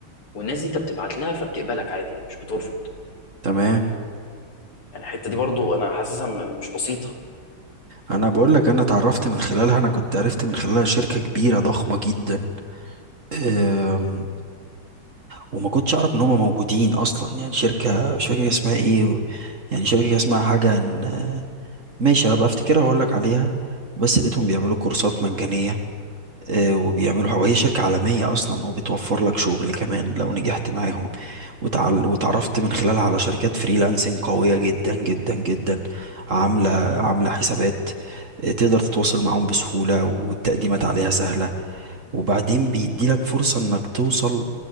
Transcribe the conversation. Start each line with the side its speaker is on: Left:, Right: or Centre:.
Left: والناس دي انت بتبعت لها فبتقبلك عادي يعني مش بترفض
Right: تمام
Left: يعني الحته دي برضو انا حاسسها م- مش بسيطه
Right: أنا بقول لك أنا اتعرفت من خلالها أنا كنت عرفت من خلالها شركة كبيرة ضخمة جدا أم، وما كنتش أعرف إن هم موجودين أصلا يعني شركة مش فاكر اسمها إيه و- يعني شركة اسمها حاجة إن- ماشي هبقى أفتكرها وأقول لك عليها بس لقيتهم بيعملوا كورسات مجانية آه، وبيعملوا حاجة وهي شركة عالمية أصلا وبتوفر لك شغل كمان لو نجحت معاهم وتعل... وتعرفت من خلالها على شركات فريلانسنج قوية جدا جدا جدا عاملة
Left: مم.
Right: عاملة حسابات آه، تقدر تتواصل معاهم بسهولة والتقديمات عليها سهلة وبعدين بيديلك فرصة إنك توصل